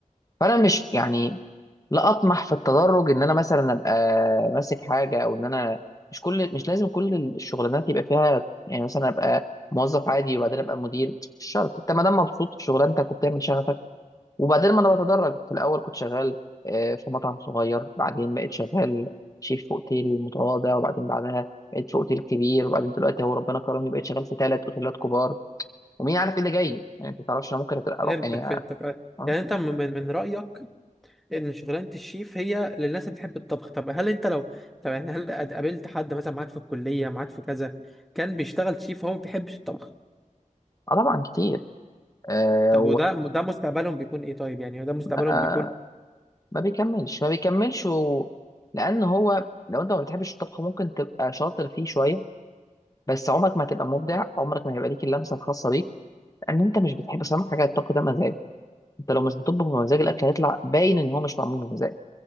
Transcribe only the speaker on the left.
فانا مش يعني لا اطمح في التدرج ان انا مثلا ابقى ماسك حاجة او ان انا مش كل مش لازم كل الشغلانات يبقى فيها يعني مثلا ابقى موظف عادي وبعدين ابقى مدير مش شرط انت ما دام مبسوط في شغلانتك وبتعمل شغفك وبعدين ما انا بتدرج في الاول كنت شغال آه، في مطعم صغير بعدين بقيت شغال شيف في اوتيل متواضع وبعدين بعدها بقيت في اوتيل كبير وبعدين دلوقتي هو ربنا كرمني بقيت شغال في ثلاث اوتيلات كبار ومين عارف ايه اللي جاي يعني انت ما تعرفش انا ممكن أترقى-
يعني اه
آه،
طبعا كتير آه
وما
بيكملش ما بيكملش و... لان هو لو انت ما بتحبش الطبخ ممكن تبقى شاطر فيه شويه بس عمرك ما هتبقى مبدع عمرك ما هيبقى ليك اللمسه الخاصه بيك لان انت مش بتحب بس أهم حاجه الطبخ ده مزاج انت لو مش بتطبخ بمزاج الاكل هيطلع باين ان هو مش معمول بمزاج